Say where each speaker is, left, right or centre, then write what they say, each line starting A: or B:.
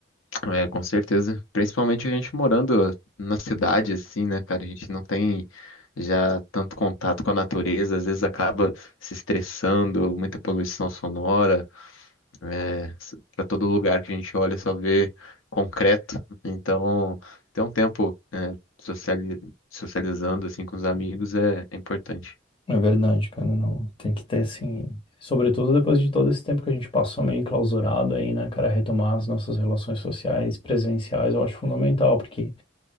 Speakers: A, on the left; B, on the left.
A: É, com certeza. Principalmente a gente morando na cidade, assim, né, cara? A gente não tem já tanto contato com a natureza, às vezes acaba se estressando, muita poluição sonora. É, para todo lugar que a gente olha só vê concreto. Então, ter um tempo, é, sociali- socializando, assim, com os amigos é é importante.
B: É verdade, cara, não, tem que ter, assim, sobretudo depois de todo esse tempo que a gente passou meio enclausurado aí, né, cara, retomar as nossas relações sociais, presenciais, eu acho fundamental, porque